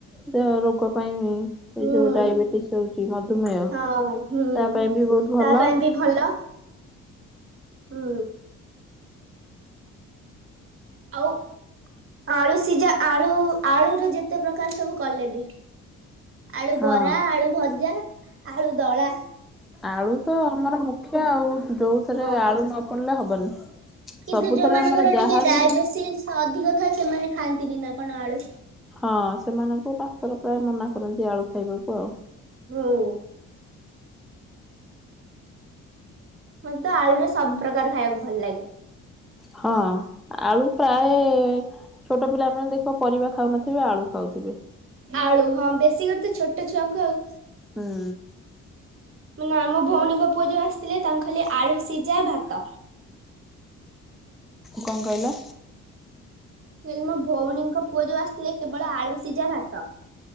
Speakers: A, in the centre; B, on the right.
A: ଦେ ରୋଗ ପାଇଁ ଏ
B: ହୁଁ
A: ଯୋଉ ଡାଇବେଟିସ ହଉଛି ମଧୁମେହ
B: ହଁ
A: ତା
B: ହୁଁ
A: ପାଇଁ ବି ବହୁତ
B: ତା
A: ଭଲ।
B: ପାଇଁ ବି ଭଲ ହୁଁ ଆଉ ଆଳୁ ସିଝା ଆଳୁ ଆଳୁରେ ଯେତେ ପ୍ରକାର ସବୁ କଲେ ବି ଆଳୁ
A: ହଁ
B: ବରା ଆଳୁ ଭଜା ଆଳୁ ଦଳା
A: ଆଳୁ ତ ଆମର ମୁଖ୍ୟ ଆଉ ଯଉଥିରେ
B: ହଁ
A: ଆଳୁ ନ ପଡିଲେ ହବନି।
B: କିନ୍ତୁ
A: ସବୁଥିରେ
B: ଯୋଉମାନଙ୍କର
A: ଆମର ଯାହାବି
B: ଟିକେ ଡାଇବେଟିସ ବେଶୀ ଅଧିକ ଥାଏ ସେମାନେ ଖାଆନ୍ତିନି ନା କଣ ଆଳୁ?
A: ହଁ ସେମାନଙ୍କୁ ଡାକ୍ତର ପ୍ରାୟ ମନା କରନ୍ତି ଆଳୁ ଖାଇବାକୁ।
B: ହୁଁ ମୋତେ ଆଳୁରେ ସବୁ ପ୍ରକାର ଖାଇବାକୁ ଭଲ ଲାଗେ।
A: ହଁ ଆଳୁ ପ୍ରାୟ ଛୋଟ ପିଲାମାନେ ଦେଖିବ ପରିବା ଖାଉନଥିବେ ଆଳୁ ଖାଉଥିବେ।
B: ଆଳୁ ହଁ ବେଶୀଘର ତ ଛୋଟ ଛୁଆଙ୍କୁ ଆଉ
A: ହୁଁ
B: ମାନେ ଆମ ଭଉଣୀଙ୍କ ପୁଅ ଯୋଉ ଆସିଥିଲେ ତାଙ୍କୁ ଖାଲି ଆଳୁ ସିଝା ଭାତ
A: କଣ କହିଲ?
B: କହିଲି ମୋ ଭଉଣୀଙ୍କ ପୁଅ ଯୋଉ ଆସିଥିଲେ କେବଳ ଆଳୁ ସିଜା ଭାତ